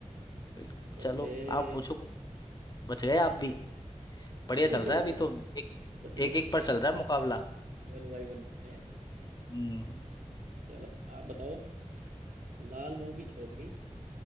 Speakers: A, on the left (about 35°); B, on the right (about 80°).
A: बिल्कुल
B: बच
A: चलो
B: गए
A: आप पूछो
B: <laughs>
A: कोई बच गए आप भी बढ़िया
B: बच,
A: चल रहा है अभी तो एक
B: बच
A: एक,
B: गए
A: एक पर चल रहा है मुकाबला
B: वन बाई वन है
A: हम्म
B: चलो आप बताओ लाल मुंह की छोकरी